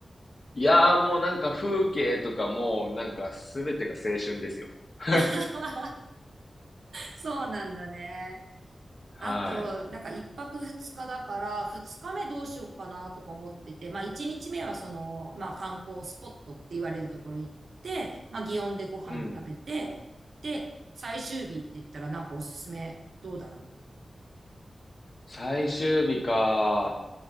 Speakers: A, on the left (about 55°); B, on the right (about 80°).
A: いやー、もうなんか風景とかも、なんかすべてが青春ですよ。<laughs>
B: <laughs> そうなんだね。
A: はい。
B: あと、なんか一泊二日だから、二日目どうしようかなとか思ってて、まあ一日目はその、まあ観光スポットって言われるところ行って、まあ祇園でご飯食べて、
A: うん。
B: で、最終日って言ったらなんかおすすめどうだろ
A: 最終日か。